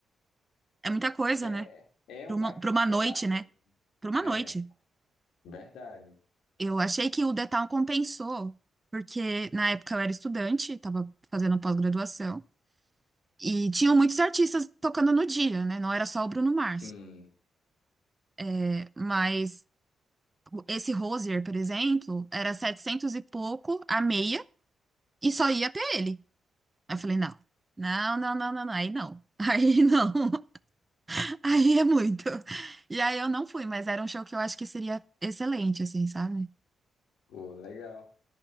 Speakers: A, on the right; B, on the left.
A: É muita coisa,
B: é,
A: né?
B: é
A: para
B: um
A: uma,
B: gasto
A: para
B: considerável.
A: uma noite, né? Para uma
B: né?
A: noite.
B: É, verdade.
A: Eu achei que o The Town compensou, porque na época eu era estudante, estava fazendo pós-graduação, e tinham muitos artistas tocando no dia, né? Não era só o Bruno Mars.
B: Sim,
A: É, Mas o- esse Rosier, por exemplo, era 700 e pouco a meia, e só ia até ele. Aí eu falei, não, não, não, não, não, não, aí não. <laughs> Aí não, <laughs> aí é muito. E aí eu não fui, mas era um show que eu acho que seria excelente, assim, sabe?
B: pô, legal.